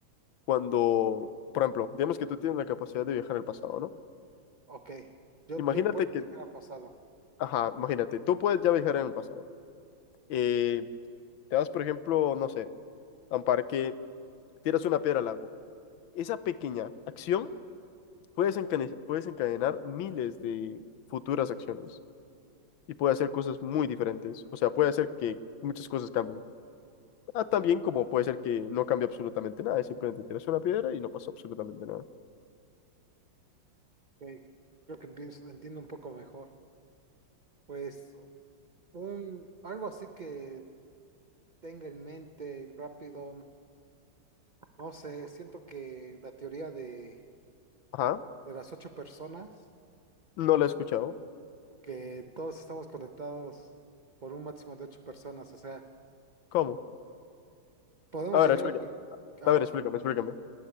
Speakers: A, on the left; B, on the right.
A: cuando, por ejemplo, digamos que tú tienes la capacidad de viajar al pasado, ¿no?
B: Ok, yo,
A: Imagínate
B: yo puedo
A: que,
B: viajar al pasado.
A: ajá, imagínate, tú puedes ya viajar en el pasado. Eh, te vas, por ejemplo, no sé, a un parque, tiras una piedra al lago. Esa pequeña acción puede desencane- puede desencadenar miles de futuras acciones y puede hacer cosas muy diferentes. O sea, puede hacer que muchas cosas cambien. Ah, también como puede ser que no cambie absolutamente nada, es simplemente tiras una piedra y no pasó absolutamente nada.
B: Ok, Creo que empiezo- entiendo un poco mejor. Pues un, algo así que tenga en mente rápido. No sé, siento que la teoría de,
A: Ajá.
B: de las ocho personas,
A: No la he escuchado.
B: que todos estamos conectados por un máximo de ocho personas, o sea,
A: ¿Cómo?
B: podemos
A: A ver,
B: llegar
A: explícame.
B: a... cual- Ajá,
A: A ver, explícame, explícame.